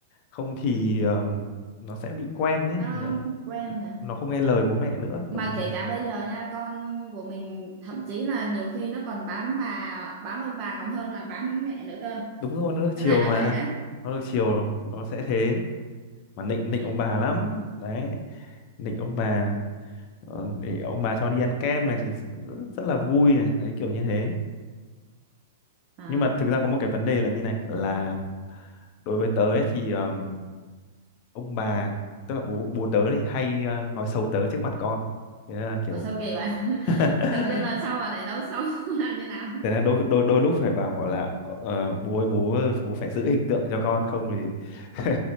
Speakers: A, on the left; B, on the right.
A: không thì
B: ừ
A: ờm, nó sẽ bị quen ấy,
B: nó
A: Nó
B: quen rồi
A: nó không nghe lời bố mẹ nữa,
B: mà
A: kiểu như
B: kể
A: thế.
B: cả bây giờ nha con của mình thậm chí là nhiều khi nó còn bám bà bám ông bà còn hơn là bám mẹ nữa cơ
A: Đúng rồi, nó được
B: Nó
A: chiều
B: lạ
A: mà.
B: vậy đấy
A: Nó được chiều nó sẽ thế. mà nịnh
B: ừ
A: nịnh ông bà lắm đấy nịnh ông bà ờ, để ông bà cho đi ăn kem này thì rất, rất là vui này đấy kiểu như thế
B: à
A: nhưng mà thực ra có một cái vấn đề là như này là đối với tớ ấy, thì ờm, ông bà tức là bố bố tớ thì hay ờ, nói xấu tớ trước mặt con thế nên là kiểu
B: ủa sao kỳ vậy <laughs>
A: <laughs>
B: tự dưng lần sau mà lại nấu xong <laughs> làm như nào
A: thế là đôi đôi đôi lúc phải bảo là ờ, ờ, bố ơi bố bố phải giữ hình tượng cho con không thì <laughs>